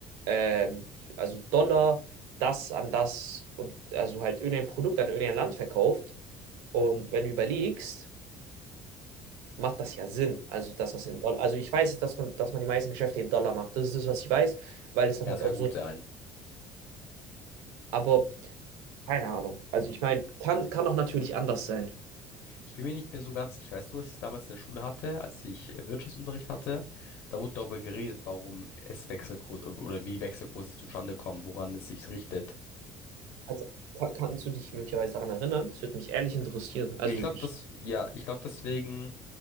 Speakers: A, on the right; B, on the left.
A: ähm, also Dollar, das an das und also halt irgendein Produkt an irgendein Land verkauft. Und wenn du überlegst, macht das ja Sinn. Also dass das in Dollar, also ich weiß, dass man, dass man die meisten Geschäfte in Dollar macht. Das ist das, was ich weiß, weil es dann
B: Ja,
A: halt
B: es kann
A: auch
B: gut
A: so.
B: sein.
A: Aber Keine Ahnung. Also ich meine, Kann, kann auch natürlich anders sein.
B: Ich bin mir nicht mehr so ganz sicher. Ich weiß nur, dass ich es damals in der Schule hatte, als ich äh, Wirtschaftsunterricht hatte. Da wurde darüber geredet, warum es Wechselkurse oder wie Wechselkurse zustande kommen, woran es sich richtet.
A: also, ka- kannst du dich möglicherweise daran erinnern? Das würde mich ehrlich interessieren. Also
B: Ja, ich glaube,
A: ich,
B: das, ja, ich glaube deswegen,